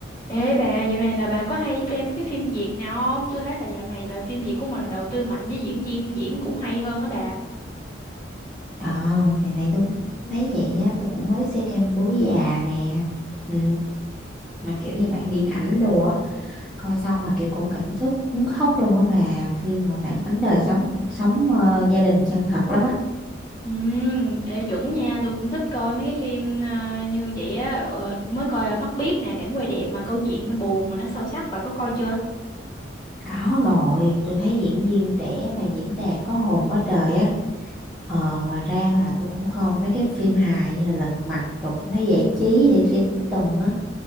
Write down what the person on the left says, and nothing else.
Ê bà, dạo này là bà có hay xem mấy cái phim Việt nào không? Tôi thấy là dạo này là phim Việt của mình là đầu tư mạnh với diễn viên diễn cũng hay hơn á bà.
Ừ, ê, chuẩn nha, tôi cũng thích coi mấy cái phim ờ, như vậy á. Ờ, tôi mới coi ờ, Mắt Biếc nè, cảnh quay đẹp mà câu chuyện nó buồn mà nó sâu sắc, bà có coi chưa?